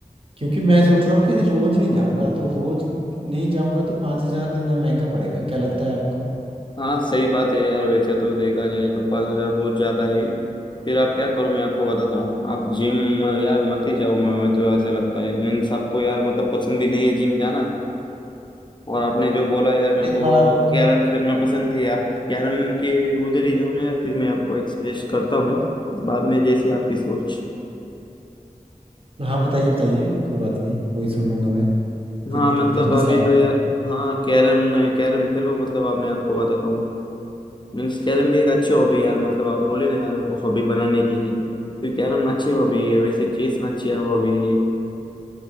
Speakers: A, on the right; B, on the left.
A: क्योंकि मैं सोच रहा हूँ कि रोज नहीं जाऊँगा तो रोज नहीं जाऊँगा तो पाँच हजार देना महंगा पड़ेगा क्या लगता है आपको
B: हाँ सही बात है यार वैसे तो देखा जाए तो पाँच हजार बहुत ज्यादा है फिर आप क्या करो मैं आपको बताता हूँ आप जिम यार मत ही जाओ मैं हमें तो ऐसा लगता है मीन्स आपको यार मतलब पसंद भी नहीं है जिम जाना और आपने जो बोला यार मेरे
A: इस
B: को
A: बात
B: कैरम खेलना पसंद है आप कैरम के उधर ही जाओ ना यार फिर मैं आपको एक सजेस्ट करता हूँ बाद में जैसी आपकी सोच
A: हाँ बताइए बताइए कोई बात नहीं वही सुन लूंगा मैं
B: हाँ
A: फिर
B: मतलब
A: फिर डिसाइड
B: अभी तो यार हाँ कैरम कैरम खेलो मतलब अब मैं आपको बताता हूँ मीन्स कैरम भी एक अच्छी हॉबी है यार मतलब आप बोले ना यार मेरे को हॉबी बनाने की है तो कैरम अच्छी हॉबी है वैसे चेस अच्छी हॉबी है